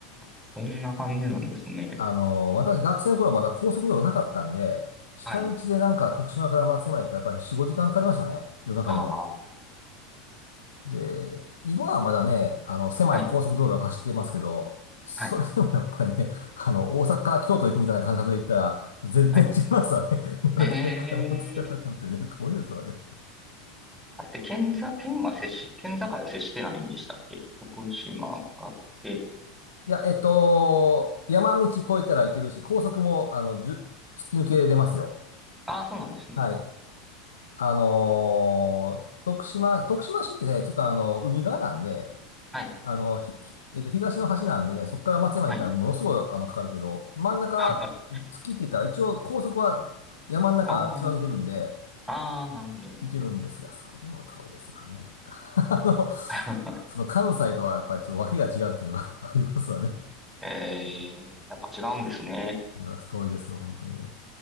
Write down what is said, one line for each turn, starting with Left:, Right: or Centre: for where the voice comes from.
Centre: そんな感じなんですね。
Left: あの、私学生の頃まだ高速道路なかったんで、下道でなんか徳島から松山へってやっぱり4、
Centre: はい。
Left: 5時間かかりましたね。夜中でも。
Centre: ああ、
Left: で、今はまだね、あの、狭い高速道路が走ってますけど、
Centre: はい、
Left: それでもやっぱりね、
Centre: はい、
Left: あの、大阪から京都行くみたいな感覚で行ったら、全然違いますわね。
Centre: はい。
Left: <laughs> 丸亀から松山なんてね、
Centre: ええ
Left: 遠いですわね。
Centre: あれって県ざ、県は接し、県境は接してないんでしたっけ福島があって、
Left: いや、えっと、山道越えたらいけるし、高速も、あの、じゅ突き抜けれますよ。
Centre: ああ、そうなんですね。
Left: はい。あのー徳島、徳島市ってね、ちょっとあの、海側なんで、
Centre: はい、
Left: あの、ひ、ひえっと、東の端なんでね、そこから松山行ったらものすごい、
Centre: はい。
Left: あの、かかるけど、真ん中、
Centre: <laughs> あ
Left: 月って言ったら一応高速は山の中貫いてるんで、
Centre: あ、ああ、なるほど、なるほど。
Left: 行けるんですが、それでも遠いですわね、なんか <laughs> あの、
Centre: <laughs>
Left: その関西とはやっぱりちょっと訳が違うっていうのが <laughs> ありますわね。
Centre: ええやっぱ違うんですね。
Left: あります。遠いですわ、本当にもう。